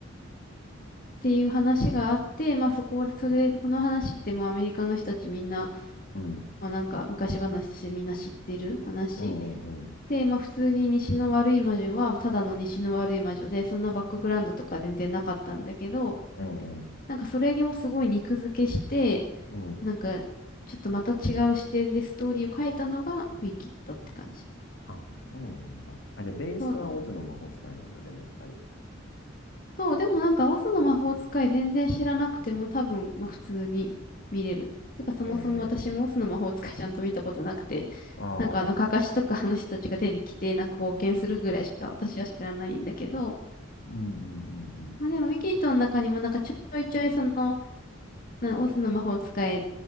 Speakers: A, on the left; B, on the left.
A: ていう話があって、まあ、そこ、それ、その話ってもうアメリカの人たちみんな、
B: うん。
A: まあ、なんか昔話としてみんな知ってる話。
B: うんうんうん。
A: で、まあ、普通に西の悪い魔女は、ただの西の悪い魔女で、そんなバックグラウンドとか全然なかったんだけど、
B: うんうん。
A: なんかそれをすごい肉付けして、
B: うん。
A: なんかちょっとまた違う視点でストーリーを書いたのがウィキッドって感じ。
B: あ、そうなんだ。あ、じゃあ、ベースはオズの魔法使いなんだ、
A: そう、
B: でもやっぱり。
A: そう、でもなんかオスの魔法使い全然知らなくても多分、まあ、普通に見れる。てかそもそも私もオスの魔法使いちゃんと見たことなくて、
B: へえ。ああ、
A: なんかあのカカシとかあの人たちが出てきてなんか冒険するぐらいしか私は知らないんだけど、
B: うんうんうん
A: まあでもウィキッドの中にもなんかちょいちょいそのなオズの魔法使い